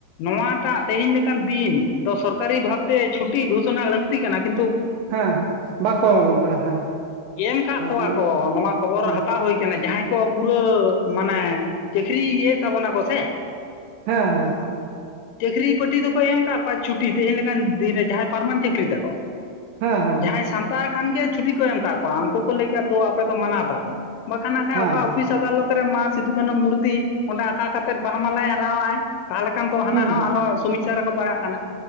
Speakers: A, on the left; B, on the right.
A: ᱱᱚᱣᱟᱴᱟᱜ ᱛᱟᱭᱤᱢᱮ ᱠᱟᱱ ᱫᱤᱱ ᱫᱚ ᱥᱚᱨᱠᱟᱨᱤ ᱵᱷᱟᱵᱽᱛᱮ ᱪᱷᱩᱴᱤ ᱜᱷᱳᱥᱚᱱᱟ ᱞᱟᱹᱠᱛᱤ ᱠᱟᱱᱟ᱾ ᱠᱤᱱ
B: ᱦᱮᱸ ᱦᱮᱸ, ᱵᱟᱝ ᱠᱚ ᱮᱢᱟᱵᱚᱱ ᱠᱟᱱᱟ ᱦᱮᱸ᱾
A: ᱮᱢ ᱠᱟᱜ ᱠᱚᱣᱟ
B: ᱚᱱᱟᱜᱮ
A: ᱠᱚ᱾ ᱱᱚᱣᱟ ᱠᱷᱚᱵᱚᱨ
B: ᱦᱮᱸ
A: ᱦᱟᱛᱟᱣ ᱦᱩᱭ ᱠᱟᱱᱟ᱾ ᱡᱟᱦᱟᱸᱭ ᱠᱚ ᱯᱩᱨᱟᱹ ᱢᱟᱱᱮ ᱪᱟᱹᱠᱨᱤ ᱤᱭᱟᱹᱭᱮᱜ ᱛᱟᱵᱚᱱᱟᱠᱚ ᱥᱮ
B: ᱦᱳᱭ ᱦᱳᱭ ᱦᱳᱭ᱾
A: ᱪᱟᱹᱠᱨᱤ ᱯᱟᱹᱴᱤ ᱫᱚᱠᱚ ᱮᱢ ᱠᱟᱜ ᱠᱚᱣᱟ ᱪᱷᱩᱴᱤ, ᱛᱮᱦᱮᱱ ᱞᱮᱠᱟᱱ ᱫᱤᱱ ᱨᱮ ᱡᱟᱦᱟᱸᱭ ᱯᱟᱨᱢᱟᱱ ᱪᱟᱹᱠᱨᱤ ᱛᱟᱠᱚ,
B: ᱦᱮᱸ ᱦᱮᱸ
A: ᱡᱟᱦᱟᱸᱭ ᱥᱟᱱᱛᱟᱲ ᱠᱷᱟᱱ ᱜᱮ ᱪᱷᱩᱴᱤ ᱠᱚ ᱮᱢ ᱠᱟᱜ‌ ᱠᱚᱣᱟ, ᱩᱱᱠᱩ ᱠᱚ ᱞᱟᱹᱭ ᱠᱮᱜ-ᱟ ᱫᱩ ᱟᱯᱮ ᱫᱚ ᱢᱟᱱᱟᱣ ᱛᱟᱯᱮ, ᱵᱟᱠᱷᱟᱱ ᱱᱟᱠᱷᱟᱭ
B: ᱦᱮᱸ
A: ᱚᱠᱟ
B: ᱦᱮᱸ
A: ᱚᱯᱷᱤᱥ ᱟᱫᱟᱞᱚᱛ ᱨᱮ ᱢᱟ ᱥᱤᱫᱩ ᱠᱟᱹᱱᱦᱩ ᱢᱩᱨᱛᱤ ᱚᱸᱰᱮ ᱟᱠᱟ ᱠᱟᱛᱮᱫ ᱵᱟᱦᱟ ᱢᱟᱞᱟᱭ ᱟᱨᱟᱣᱟᱜᱼᱟᱭ, ᱛᱟᱦᱚᱞᱮ ᱠᱷᱟᱱ ᱛᱚ ᱦᱟᱱᱟ
B: ᱦᱩᱸ
A: ᱦᱚᱸ ᱟᱨᱦᱚᱸ ᱥᱚᱢᱤᱥᱪᱟᱨ ᱨᱮᱠᱚ ᱯᱟᱲᱟᱜ ᱠᱟᱱᱟ